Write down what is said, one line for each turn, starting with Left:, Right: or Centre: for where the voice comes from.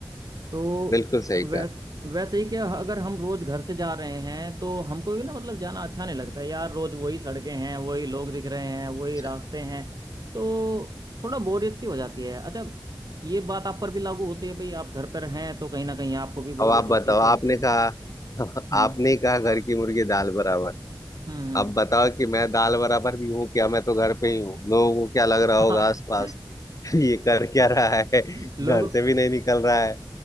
Right: तो
Left: बिल्कुल सही
Right: वैस
Left: कहा
Right: वैसे ही कि अगर हम रोज घर से जा रहे हैं तो हमको भी ना मतलब जाना अच्छा नहीं लगता है। यार रोज वही सड़कें हैं वही लोग दिख रहे हैं वही
Left: अच्छा
Right: रास्ते हैं तो थोड़ा बोरियत सी हो जाती है अच्छा ये बात आप पर भी लागू होती है भाई आप घर पर हैं तो कहीं ना कहीं आपको भी बोरियत
Left: अब आप बताओ
Right: उस चीज से
Left: आपने
Right: होती होगी
Left: कहा <laughs>
Right: हम्म
Left: आपने ही कहा घर की मुर्गी दाल बराबर
Right: हम्म
Left: अब बताओ कि मैं दाल बराबर भी हूँ क्या मैं तो घर पे ही हूँ लोगों को क्या लग रहा होगा
Right: हम्म
Left: आसपास <laughs> ये कर क्या रहा है <laughs>
Right: <laughs> लोगों
Left: घर से भी नहीं निकल रहा है